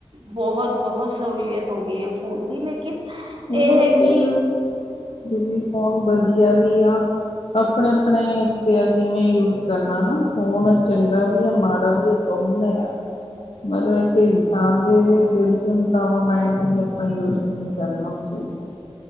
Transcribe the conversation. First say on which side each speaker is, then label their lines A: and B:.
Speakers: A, on the right; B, on the left.
A: ਬਹੁਤ ਬਹੁਤ ਸਹੂਲੀਅਤ ਹੋ ਗਈ ਹੈ ਫੋਨ ਦੀ ਲੇਕਿਨ
B: ਫੋਨ
A: ਇਹ ਹੈ
B: ਇੱਕ
A: ਕਿ
B: ਦੀਦੀ ਫੋਨ ਵਧੀਆ ਵੀ ਆ ਆਪਣੇ ਆਪਣੇ ਉੱਤੇ ਆ ਜਿਵੇਂ ਯੂਜ ਕਰਨਾ ਨਾ ਫੋਨ ਚੰਗਾ ਵੀ ਆ ਮਾੜਾ ਵੀ ਆ ਦੋਨੋ। ਉਹਨ ਆ ਮਤਲਬ ਇੱਕ ਇਨਸਾਨ ਦੇ ਦਿਲ ਤੇ ਹੁੰਦਾ ਵਾ ਮਾਇਡ ਤੇ ਵੀ ਆਪਾਂ ਹੀਵੇ ਕਰਨਾ ਉਸ ਚੀਹੀਦਾ